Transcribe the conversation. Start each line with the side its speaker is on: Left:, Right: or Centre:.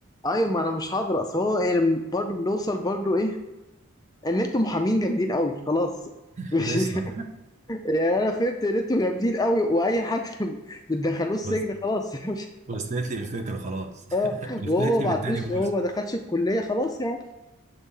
Left: أيوة ما أنا مش هقدر أصل هو يعني برضه بنوصل برضه إيه إن أنتوا محامين جامدين قوي خلاص <laughs> مش
Right: <laughs> خلصنا
Left: يعني أنا فهمت إن أنتوا جامدين قوي وأي حد <laughs> بتدخلوه
Right: <laughs>
Left: السجن
Right: بس
Left: خلاص <laughs>
Right: وصلت لي الفكرة خلاص <laughs>
Left: اه
Right: وصلت
Left: وهو ما
Right: لي من
Left: عندوش
Right: تاني موسم
Left: هو ما دخلش الكليه خلاص يعني